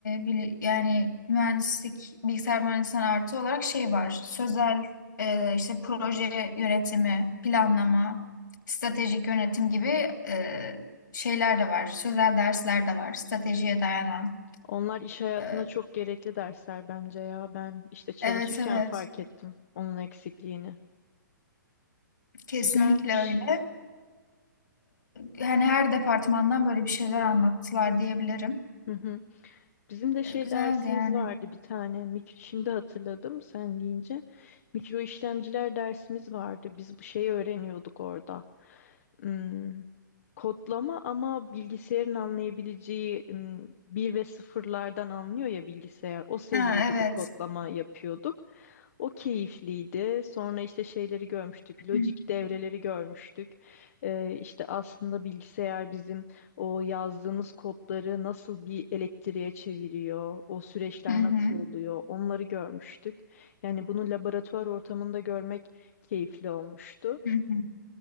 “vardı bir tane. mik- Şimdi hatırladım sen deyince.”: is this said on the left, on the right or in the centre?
Left